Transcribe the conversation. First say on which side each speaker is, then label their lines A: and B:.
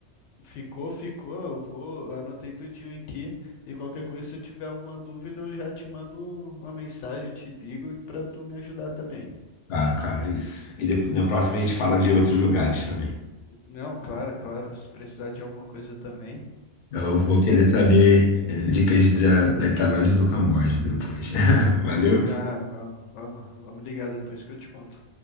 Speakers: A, on the left (about 85°); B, on the left (about 55°).
A: Ficou, ficou. Eu vou, eu anotei tudinho aqui. E qualquer coisa, se eu tiver alguma dúvida, eu já te mando uma mensagem, eu te ligo para tu me ajudar também.
B: Claro, cara, é isso. E depois, na próxima a gente fala de outros lugares também.
A: Não, claro, claro. Se precisar de alguma coisa também,
B: Eu
A: tamo
B: vou
A: junto.
B: querer saber dicas da, da Tailândia e do Camboja depois. <laughs> Valeu?
A: Ah, vamos, vamos, vamos ligar depois que eu te conto.